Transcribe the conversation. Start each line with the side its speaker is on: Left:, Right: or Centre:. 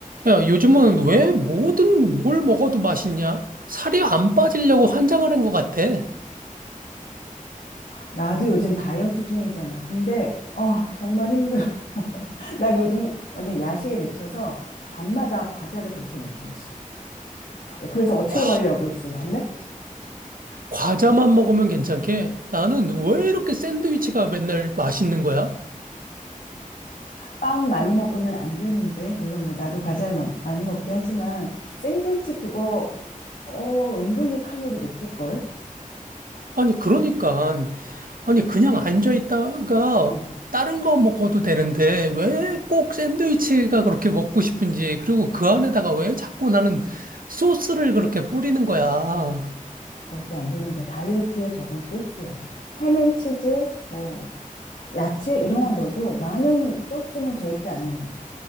Right: 야, 요즘은 왜 뭐든 뭘 먹어도 맛있냐? 살이 안 빠지려고 환장을 한 것 같아.
Left: 나도 요즘 다이어트 중이잖아. 근데, 아, 정말 힘들어. <laughs> 나 요즘 완전 야식에 미쳐서 밤마다 과자를 그렇게 먹고 있어. 어, 그래서 어떻게
Right: 와,
Left: 관리하고 있어, 요즘에?
Right: 과자만 먹으면 괜찮게 나는 왜 이렇게 샌드위치가 맨날 맛있는 거야?
Left: 빵 많이 먹으면 안 되는데, 물론 뭐 나도 과자를 마- 많이 먹게 하지만, 샌드위치 그거, 어, 은근히 칼로리 높을걸?
Right: 아니, 그러니까. 아니, 그냥 앉아있다가
Left: 응,
Right: 다른 거 먹어도 되는데 왜 꼭 샌드위치가 그렇게 먹고 싶은지, 그리고 그 안에다가 왜 자꾸 나는 소스를 그렇게 뿌리는 거야?
Left: 절대 안 되는데, 다이어트에 적은 소스야. 햄앤치즈, 뭐, 야채 이런 거 넣어도 나는 소스는 절대 안 넣어.